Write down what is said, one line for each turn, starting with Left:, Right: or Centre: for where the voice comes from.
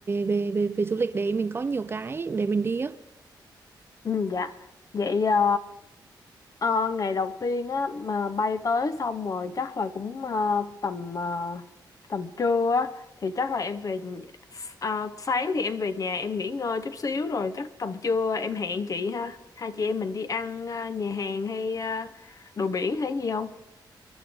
Right: về về về du lịch để mình có nhiều cái để mình đi á
Left: ừ dạ vậy ờ, ờ, ngày đầu tiên á mà bay tới xong rồi chắc là cũng ờ, tầm ờ, tầm trưa á thì chắc là em về nh- ờ, sáng thì em về nhà em nghỉ ngơi chút xíu rồi chắc tầm trưa em hẹn chị ha hai chị em mình đi ăn ờ, nhà hàng hay ờ, đồ biển hay gì không